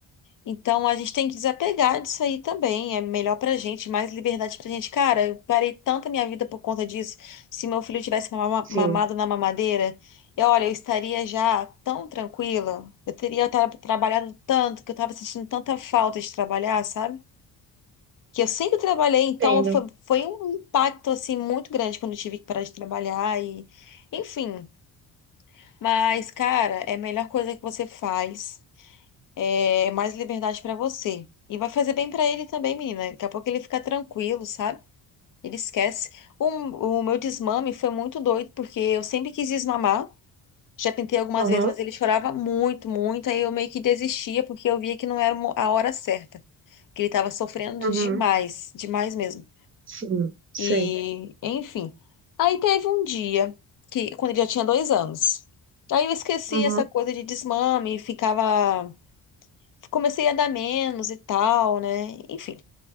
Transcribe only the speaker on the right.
Sim,
entendo.
Uhum,
uhum,
sim, sei.
Uhum.